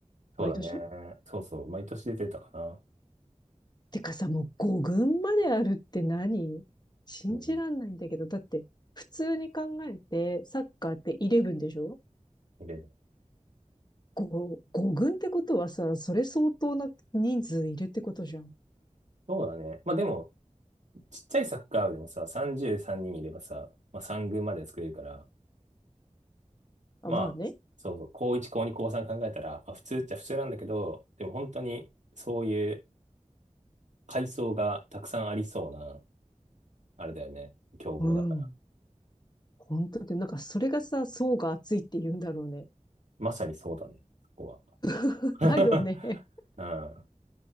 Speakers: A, on the right (about 70°); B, on the left (about 35°).
A: そうだね。
B: 毎年
A: そうそう。毎年出てたかな。
B: てかさ、もう5軍まであるって何信じらんないんだけど。
A: うん。
B: だって、普通に考えて、サッカーってイレブンでしょ
A: 見れる。
B: ?5、5軍ってことはさ、それ相当な人数いるってことじゃん。
A: そうだね。まあでも、ちっちゃいサッカー部でもさ、33人いればさ、まあ3軍まで作れるから、
B: あ、
A: まあ、
B: まあね。
A: そうそう、高1、高2、高3考えたら、まあ普通っちゃ普通なんだけど、でも本当にそういう階層がたくさんありそうな、あれだよね。競合だから。
B: うん。本当で、なんかそれがさ、層が厚いって言うんだろうね。
A: まさにそうだね、そこ
B: <laughs>
A: は。<laughs>
B: だよね。
A: うん。